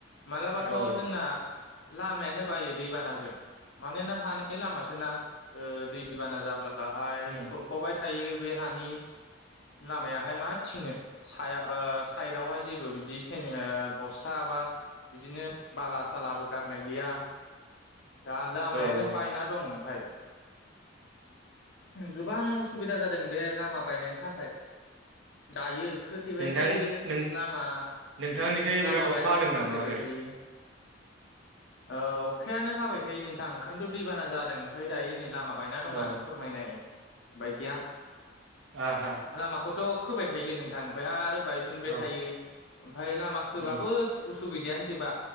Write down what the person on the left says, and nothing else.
मालाबाथ
जोंना लामायानो बायो दैबानाजों मानोना हानि लामासोना ओ दैबाना जाब्लाहाय
खुरखावबाय थायो बे हानि लामायाहाय मा थिनो साया ओ साइदावहाय जेबो बिदिओ बस्था माबा बिदिनो बाला सालाबो गारनाय गैया दा लामायानो
बायना दं ओमफ्राय गोबां उसुबिदा जादों बे लामा बायनायनि थाखाय दायो खोथेबाय
थायो
लामा
लामा
बायबाबो
खोथेबाय
थायो ओ अखायानो हाबाय थायो नोंथां ओंखायनोथ दैबाना जादों ओमफ्राय दायो नै लामा लामा बायना दं
आं फोरमायनाय बायदिया
लामाखौथ खोबाय थायोलै नोंथां ओमफ्राय आरो बायफिनबाय
थायो ओमफ्राय लामा खोबाबो
उसु उसुबिदायानो जोबा